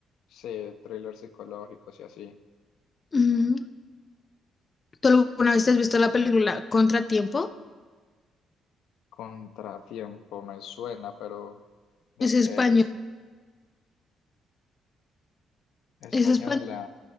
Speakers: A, on the left; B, on the left.
A: Sí, thrillers psicológicos y así.
B: Mm, ¿tú alguna vez te has visto la película Contratiempo?
A: Contratiempo me suena, pero ¿de
B: Es español,
A: qué es? Española.
B: es español,